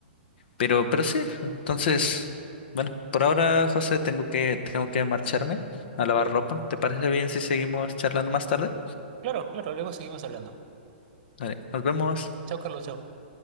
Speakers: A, on the left; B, on the right.
A: pero, pero sí, entonces, bueno, por ahora, José, tengo que, tengo que marcharme a lavar ropa. ¿Te parece bien si seguimos charlando más tarde?
B: Claro, claro, luego seguimos hablando.
A: Vale, nos vemos.
B: Chao, Carlos, chao.